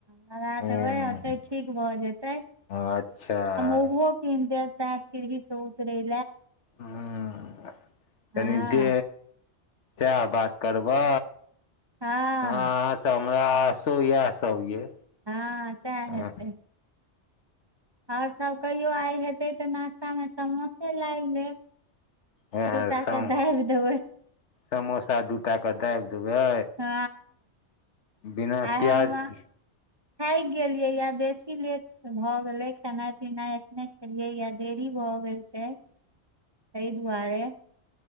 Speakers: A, on the right; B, on the left.
A: लगा
B: हूँ
A: देबै ओते ठीक भऽ जेतै
B: अच्छा।
A: ओहो सी सत रहे
B: हा
A: हँ
B: कऽ दे सएह बात करबै।
A: हँ
B: हमरा आसो इएह सभ ये।
A: ह सए
B: हँ
A: हेतै ओर सभ कहियो आइ हेते तऽ नास्ता मे समोसे लाबि लेब
B: हा
A: दूटा
B: सम
A: के दाबि देबै
B: समोसा दूटा के दाबि देबै
A: ह
B: बिना
A: आ
B: प्याज
A: हम
B: के।
A: खाय गेलियै यै बेसी कि लेट भए गेले खेनाइ पीनाइ एखने खेलियै या देरी भए गेल छै कहि दुआरे।